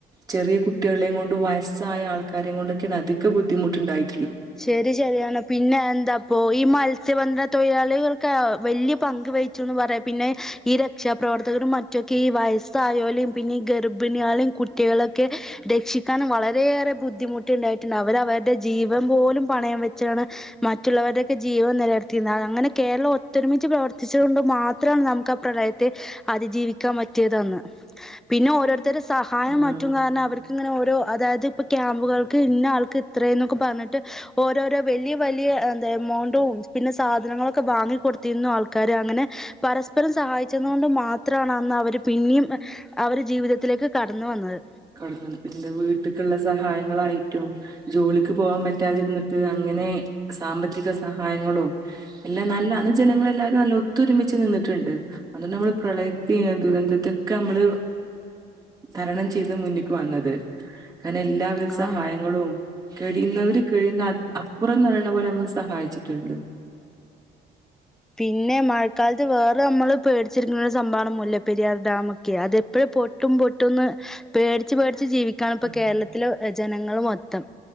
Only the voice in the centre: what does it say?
ശരി ശരിയാണ് പിന്നെ എന്താപ്പോ ഈ മത്സ്യബന്ധന തൊഴിലാളികൾക്ക് വലിയ പങ്ക് വയ്ച്ചുന്ന് പറയാം പിന്നെ ഈര രക്ഷാപ്രവർത്തകരും മറ്റുവൊക്കെ ഈ വയസ്സായോര് ലേം പിന്നീ ഗർഭിണികളേം കുട്ടികളൊക്കെ രക്ഷിക്കാനും വളരെയേറെ ബുദ്ധിമുട്ടുണ്ടായിട്ടുണ്ട് അവര അവരുടെ ജീ ജീവൻ പോലും പണയം വെച്ചാണ്. മറ്റുള്ളവരുടെയൊക്കെ ജീവൻ നിലർത്തിയിരുന്നത് അ അങ്ങനെ കേരളം ഒത്തൊരുമിച്ച് പ്രവർത്തിച്ചുക കൊണ്ട് മാത്രമാണ്. നമുക്ക് ആ പ്രളയത്തെ അതിജീവിക്കാൻ പറ്റിയതന്ന് പിന്നെ ഓരോരു തരും സഹായം
മാറ്റും കാരണം അവർ ഇങ്ങനെ ഓരോ അതായത് ഇപ്പ ക്യാമ്പുകൾക്ക് ഇന്ന ആൾക്ക് ഇത്രയും ഒക്കെ പറഞ്ഞിട്ട് ഓരോരോ വലിയ വലിയ എന്താ എമൗണ്ടും പിന്നെ സാധനങ്ങളൊക്കെ വാങ്ങിക്കൊടുത്തിരുന്നു. ആൾക്കാര് അങ്ങനെ പരസ്പരം സഹായിച്ചതു കൊണ്ട് മാത്രമാണ്. അന്ന് അവര് പിന്നെയും അവര് ജീവിതത്തിലേക്ക് കടന്ന് വന്നത്
ആഹ്
പിന്നെ മഴക്കാലത്ത് വേറെ നമ്മള് പേടി ചിരിന്നൊരു സംഭവാണ് മു ലമുല്ലപ്പെരിയാർ ഡാമൊക്കെ അത് എപ്പോഴും പൊട്ടും പൊട്ടുന്ന് പേടിച്ച് പേടിച്ച് ച്ച് ജീവിക്കാൻ ഇപ്പ
കേരളത്തില് ജനങ്ങള് മൊത്തം